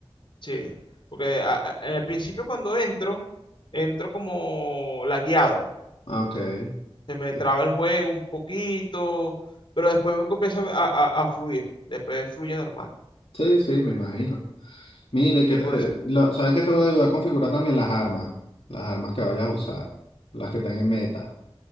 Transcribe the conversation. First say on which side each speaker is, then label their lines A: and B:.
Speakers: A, on the left; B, on the left.
A: Sí, porque a- a- en el principio cuando entro, entro como lagueado.
B: Ah, Ok.
A: Se me
B: Sí,
A: traba el juego un poquito, pero después me comienza a, a- a fluir. Después fluye normal.
B: sí, sí, me imagino. Mire, que
A: Sí,
B: te,
A: por eso.
B: lo- ¿sabes que te voy a ayudar a configurar también las armas? Las armas que vayas a usar, las que están en meta.